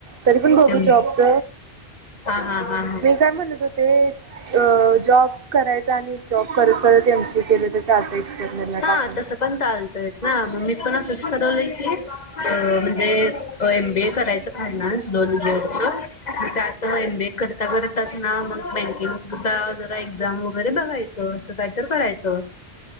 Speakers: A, on the right (about 60°); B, on the left (about 45°).
A: तरी पण
B: हा
A: बघू जॉबच.
B: हा हा हा
A: मी काय म्हणत होते. अ जॉब करायचा आणि जॉब करत करत एम सी ए केलं तर चालतय एक्सर्टनल ला
B: हा
A: टाकून
B: तसं पण चालतयचं. ना
A: हो
B: म मी पण असंच ठरवलंय की अ म्हणजे एम बी ए करायच फायनान्स दोन इअरचं म त्यात एम बी ए करता करताच ना म बँकिंग चा जरा एक्झाम वगैरे बघायचं असं कायतर करायचं.